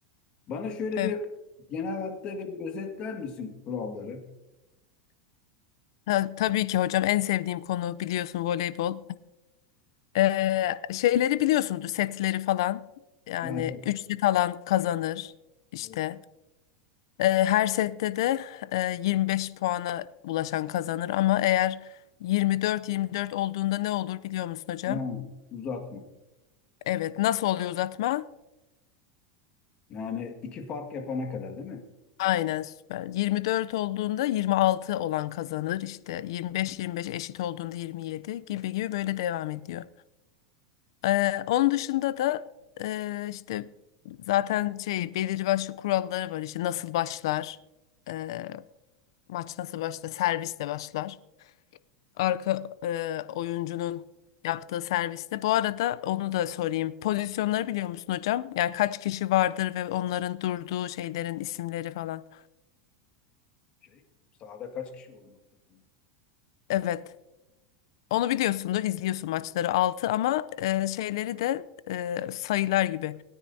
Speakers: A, on the left (about 40°); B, on the left (about 70°).
A: Bana şöyle
B: Evet.
A: bir genel hatlarıyla bir özetler misin kuralları?
B: Ta- tabii ki hocam en sevdiğim konu biliyorsun voleybol. Eee, şeyleri biliyorsundur setleri falan. Yani
A: Ha, evet,
B: 3 set alan kazanır işte.
A: evet.
B: Eee, her sette de eee, 25 puana ulaşan kazanır ama eğer yirmi dört yirmi dört olduğunda ne olur biliyor musun hocam?
A: Ha, uzatma.
B: Evet. Nasıl oluyor uzatma?
A: Yani iki fark yapana kadar değil mi?
B: Aynen süper. 24 olduğunda 26 olan kazanır işte 25-25 eşit olduğunda 27 gibi gibi böyle devam ediyor. Ee, onun dışında da e, işte zaten şey belirli başlı kuralları var İşte nasıl başlar, e, maç nasıl başlar, servisle başlar. Arka e, oyuncunun yaptığı servisle. Bu arada onu da sorayım. Pozisyonları biliyor musun hocam? Yani kaç kişi vardır ve onların durduğu şeylerin isimleri falan.
A: Şey, sahada kaç kişi olmalı takımda?
B: Evet. Onu biliyorsundur, izliyorsun maçları altı ama e, şeyleri de e, sayılar gibi.